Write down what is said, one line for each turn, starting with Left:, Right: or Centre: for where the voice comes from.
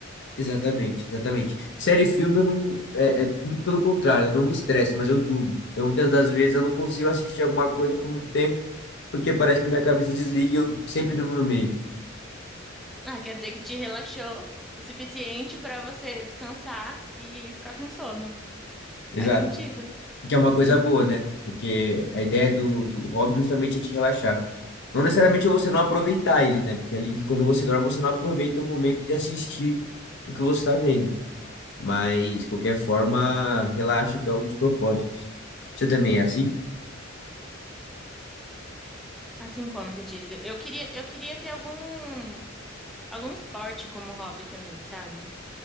Left: Exatamente, exatamente. Série e filme eu não. É, é muito pelo contrário, eu não me estresso, mas eu durmo. Então muitas das vezes eu não consigo assistir alguma coisa por muito tempo, porque parece que minha cabeça desliga e eu sempre durmo no meio.
Centre: Ah, quer dizer que te relaxou o suficiente pra você descansar e ficar com sono.
Left: Exato.
Centre: Faz sentido.
Left: Que é uma coisa boa, né? Porque a ideia do, do hobby justamente é te relaxar. Não necessariamente você não aproveitar ele, né? Porque ali, quando você dorme, você não aproveita o momento de assistir o que você está vendo. Mas, de qualquer forma, relaxa que é um dos propósitos. Você também é assim?
Centre: Assim como você diz, eu queria, eu queria ter algum algum esporte como hobby também, sabe?